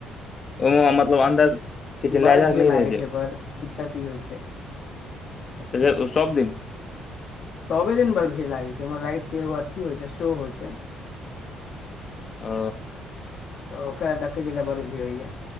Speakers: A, on the left (about 30°); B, on the left (about 45°).
A: ओ मतलब अन्दर किछ लए
B: बड़
A: जायके
B: भीड़
A: नहि
B: लागै
A: रहै
B: छै बड़ दिक्कत ई होइ छै
A: <unintelligible> सब दिन
B: सबे दिन बड़ भीड़ लागै छै ओमहर लागै छै एगे अथी होइ छै शो होइ छै
A: ओ
B: तऽ ओकरा देखै के लिए बड़ भीड़ होइया